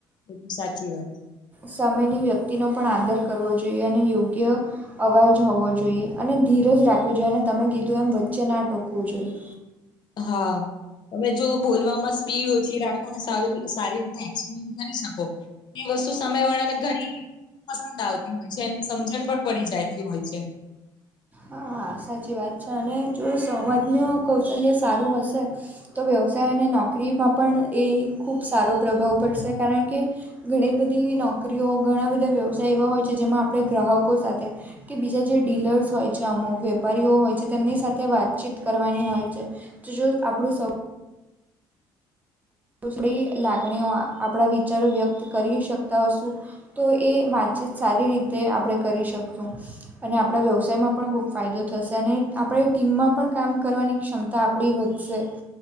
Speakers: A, on the left; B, on the right.
A: એ સાચી વાત છે.
B: સમયની વ્યક્તિનો પણ આદર કરવો જોઈએ, અને યોગ્ય અવાજ હોવો જોઈએ, અને ધીરજ રાખવી જોઈએ, અને તમે કીધું એમ વચ્ચે ના ટોકવું જોઈએ.
A: હા. તમે જો બોલવામાં સ્પીડ ઓછી રાખો ને સારી સારી રીતે એક્સપ્લેન કરી શકો. એ વસ્તુ સમય વાળા ને ઘણી પસંદ આવતી હોય છે. એને સમજણ પણ પડી જતી હોય છે.
B: હા સાચી વાત છે, અને જો સવાજનું કૌશલ્ય સારું હશે તો વ્યવસાય અને નોકરીમાં પણ એ ખૂબ સારો પ્રભાવ પડશે, કારણ કે ઘણી બધી નોકરીઓ ઘણા બધા વ્યવસાય એવા હોય છે જેમાં આપણે ગ્રાહકો સાથે કે બીજા જે ડીલર્સ હોય છે. કે અમુક વેપારીઓ હોય છે તેમની સાથે વાતચીત કરવાની હોય છે. તો જો આપણું સ થોડી લાગણીઓ આપણા વિચારો વ્યક્ત કરી શકતા હશુ તો એ વાતચીત સારી રીતે આપણે કરી શકશું. અને આપણા વ્યવસાયમાં પણ ખૂબ ફાયદો થશે. અને આપડે ટીમમાં પણ કામ કરવાની ક્ષમતા આપણી વધશે,